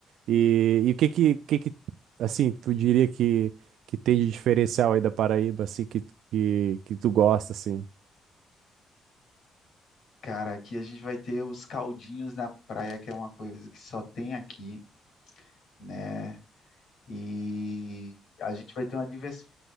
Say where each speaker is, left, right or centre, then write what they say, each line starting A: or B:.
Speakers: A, on the right (about 80°); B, on the left (about 70°).
A: E, e o que que, que que, assim, tu diria que que tem de diferencial aí da Paraíba, assim, que, que, que tu gosta, assim?
B: Cara, aqui a gente vai ter os caldinhos na praia, que é uma coisa que só tem aqui, né? E a gente vai ter uma diversi-